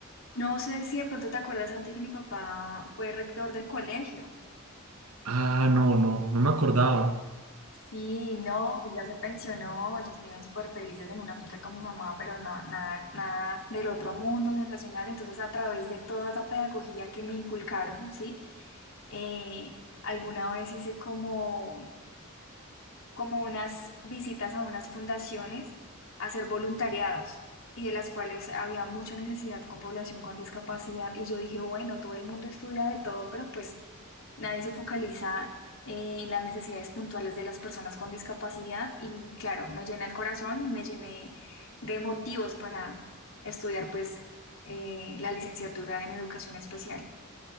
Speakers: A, on the left (about 60°); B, on the right (about 80°).
A: No sé si de pronto te acuerdas, Santi, que mi papá fue rector del colegio.
B: Ah, no, no, no me acordaba.
A: Sí, no, Ya se pensionó, ellos viven súper felices en una finca con mi mamá, pero no, nada, nada del otro mundo sensacional. Entonces, a través de toda esa pedagogía que me inculcaron, ¿sí? Eh, alguna vez hice como, como unas visitas a unas fundaciones a hacer voluntariados y de las cuales había mucha necesidad con población con discapacidad. Y yo dije, bueno, todo el mundo estudia de todo, pero pues Nadie se focaliza en las necesidades puntuales de las personas con discapacidad y claro, me llena el corazón, me llené de motivos para estudiar pues eh, la licenciatura en educación especial.